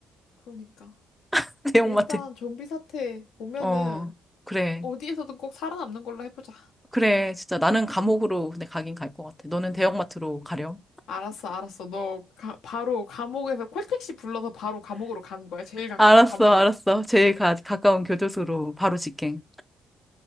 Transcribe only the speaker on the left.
그러니까.
우리
일단 좀비 사태 오면은
어디에서든 꼭 살아남는 걸로 해보자.
알았어, 알았어. 너 가, 바로 감옥에서 콜택시 불러서 바로 감옥으로 가는 거야. 제일 가까운
감옥으로.